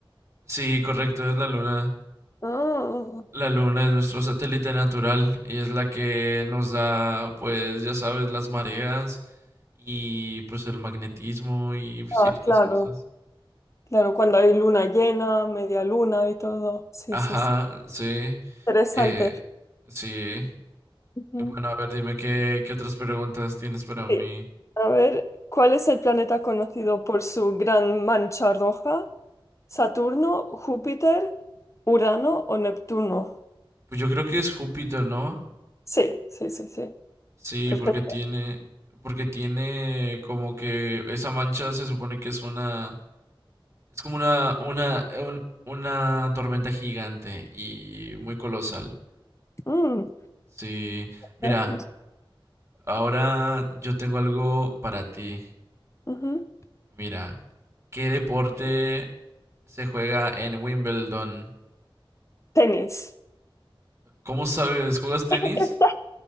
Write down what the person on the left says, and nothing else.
Ah,
ah, claro,
claro, cuando hay luna llena, media luna y todo. Sí,
sí, sí.
Interesante.
Ujú.
Sí. A ver, ¿cuál es el planeta conocido por su gran mancha roja? ¿Saturno, Júpiter, Urano o Neptuno?
Sí, sí, sí, sí.
Perfecto.
Mm,
no, no sé.
Ujú.
Tenis.
<laughs> Esta,